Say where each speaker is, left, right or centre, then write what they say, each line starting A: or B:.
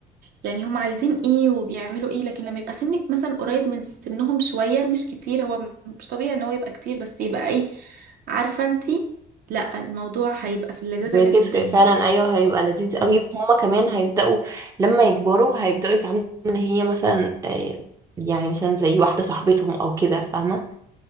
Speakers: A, on the right (about 60°); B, on the right (about 20°).
A: يعني هم عايزين ايه وبيعملوا ايه لكن لما يبقى سنك مثلا قريب من سنهم شوية مش كتير هو م- مش طبيعي ان هو يبقى كتير بس يبقى ايه عارفة انتي لا الموضوع هيبقى في اللذاذة
B: بتفرق
A: جدا يعني
B: فعلا أيوه هيبقى لذيذ
A: مم.
B: قوي هما كمان هيبدأوا لما يكبروا هيبدأوا يتعاملوا إن هي مثلا آه، يعني مثلا زي واحدة صاحبتهم أو كده فاهمة